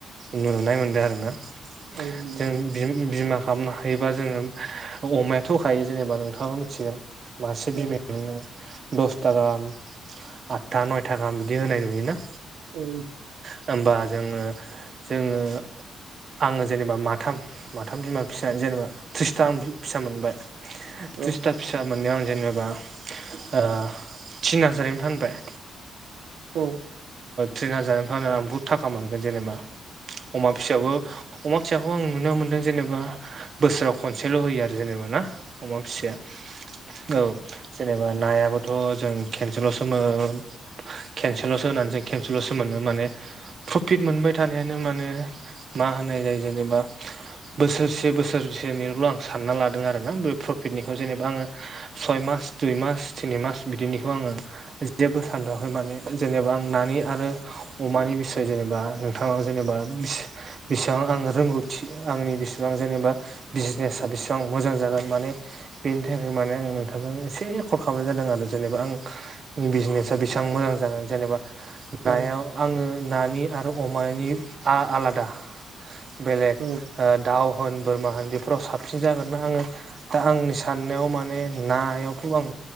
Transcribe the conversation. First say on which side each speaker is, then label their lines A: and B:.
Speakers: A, on the right; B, on the right.
A: नुनाय मोन्दों आरो ना
B: औ नंगौ
A: जों बिमा खालामनो हायोबा जोंङो अमायाथ'खायो जेनेबा नोंथांङाबो मिथिगोन। मासे
B: औ नंगौ औ
A: बिमायाव मोननो दसथा गाहाम आदथा नयथा गाहाम बिदि होनाय नुयोना।
B: औ
A: होनबा जोंङो जोंङो आंङो जेनेबा मा माथाम माथाम बिमा फिसा जेनेबा थ्रिसथा आं फिसा मोनबाय थ्रिसथा
B: औ नंगौ औ
A: फिसा मोननायाव आं जेनेबा ओ थिन हाजारैनो फानबाय।
B: औ
A: थिन हाजार जानायफ्रायनानै आं बहुत थाखा मोनगोन जेनेबा अमा फिसाबो अमा फिसा बेखौ आं नुनो मोनदों जेनेबा बोसोराव खनसेल' होयो आरो जेनेबा ना। अमा फिसाया औ जेनेबा नायाबोथ' जों खेनसेल'सोमोन खेनसेल'सो होनानै जों खेनसेल'सो मोनो माने प्रफिट मोनबाय थानायानो माने मा होनाय जायो? जेनेबा बोसोरसे बोसोरसेनिल' आं सानना लादों आरोना बे प्रफिटनिखौ जेनेबा आङो सय मास दुइ मास तिनि मास बिदिनिखौ आङो जेबो सानथ'आाखै माने जेनेबा आं नानि आरो अमानि बिसय जेनेबा नोंथांनाव जेनेबा बेसेबां आङो रोंगौथि आंनि बेसेबां जेनेबा बिजनेसा बेसेबां मोजां जागोन माने बेनि थाखाय माने आं नोंथांजों एसे कल खालामनाय जादों आरो जेनेबा आं बिजनेसा बेसेबां मोजां जागोन जेनेबा
B: औ
A: नायाव आंङो नानि आरो अमानि आलादा बेलेग
B: औ
A: दाउ होन बोरमा होन बेफोराव साबसिन जागोन ना आङो दा आंनि साननायाव माने नायावथ' आं